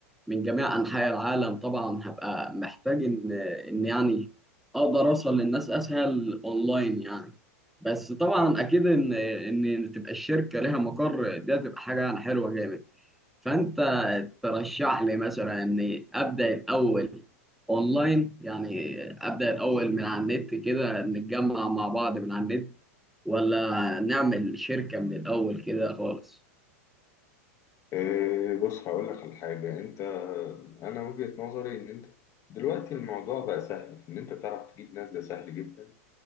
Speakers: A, in the centre; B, on the left.
A: من جميع انحاء العالم طبعا هبقى محتاج ان ان يعني اقدر اوصل للناس اسهل اونلاين يعني بس طبعا اكيد ان ان تبقى الشركه ليها مقر دي هتبقى حاجه يعني حلوه جامد فانت ترشح لي مثلا اني ابدا الاول اونلاين يعني ابدا الاول من على النت كده نتجمع مع بعض من على النت ولا نعمل شركه من الاول كده خالص
B: آه، بص هقول لك على حاجه انت انا وجهه نظري ان انت دلوقتي الموضوع بقى سهل في ان انت تعرف تجيب ناس ده سهل جدا